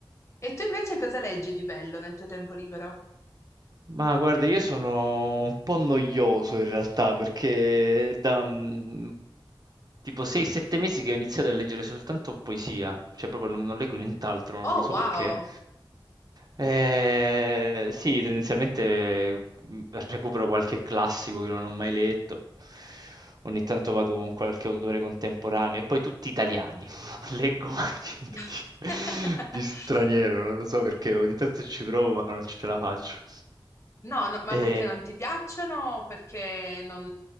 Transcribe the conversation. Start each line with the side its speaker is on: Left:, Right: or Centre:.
Left: E tu invece cosa leggi di bello nel tuo tempo libero?
Right: Ma guarda, io sono un po' noioso in realtà perché è da mm, tipo 6-7 mesi che ho iniziato a leggere soltanto poesia, cioè proprio non, non leggo nient'altro,
Left: Oh,
Right: non lo so
Left: wow!
Right: perché. Eh, sì, tendenzialmente mm, recupero qualche classico che non ho mai letto, ogni tanto vado con qualche autore contemporaneo e poi tutti italiani. <laughs> leggo mai niente
Left: <laughs>
Right: di, di straniero, non lo so perché ogni tanto ci provo ma non ce la faccio.
Left: No, no, ma
Right: E...
Left: perché non ti piacciono? o Perché non,